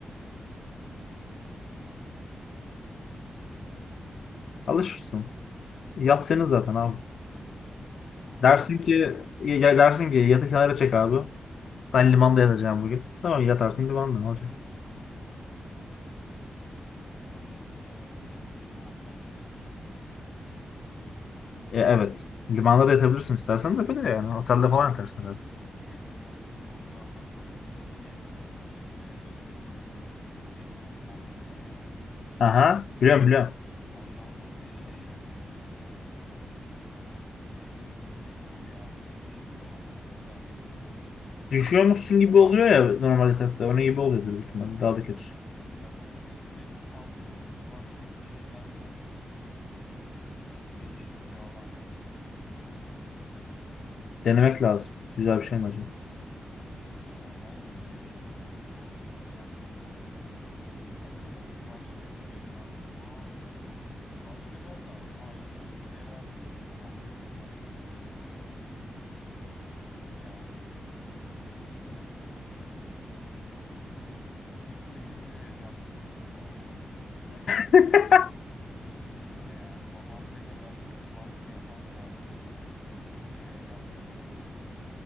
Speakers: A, on the left; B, on the left.
A: Biraz öyle evet.
B: Alışırsın. Yat senin zaten abi.
A: <laughs> Ne doğru
B: Dersin
A: aslında.
B: ki ya- dersin ki yatı kenara çek abi. Ben limanda yatacağım bugün. Tamam yatarsın limanda ne olacak?
A: Hı, limanın e, yakınında otelde demek istiyorsun yani.
B: E, evet. Limanda da yatabilirsin istersen de böyle yani. Otelde falan
A: Ya,
B: yatarsın herhalde.
A: çünkü benim asıl orada anlatmak istediğim şeydi. Yatın içinde sürekli hani denizde sallanıyor ya.
B: Aha biliyorum
A: O
B: biliyorum.
A: ondan dolayı şey yapıyor işte. e, deniz deniz rüyası mı? Bir şey diyorlar onun. Özel bir ismi var işte İngilizce
B: Düşüyormuşsun
A: şimdi. A-
B: gibi oluyor ya normal yatakta. Onun gibi oluyordur büyük ihtimalle. Daha da kötüsü.
A: Ya böyle seni sürekli sallıyor işte kulaktaki şeyden dolayı böyle değişik rüyalar gör görüyorsun.
B: Denemek lazım. Güzel bir şey mi acaba?
A: Bilmiyorum ben de deneyimlemedim bir o şey yapmak lazım ama. Ha bilmiyorum başka ne geliyor aklıma? Başka ben de aileme hediyeler almak isterdim açıkçası. Yani sevinsinler şey olsunlar. Kesinlikle köye ev yaptırtmam bu arada.
B: <laughs>
A: Kesinlikle yani babam ne kadar e, baskı yaparsa yapsın e, köye ev yaptırtmam.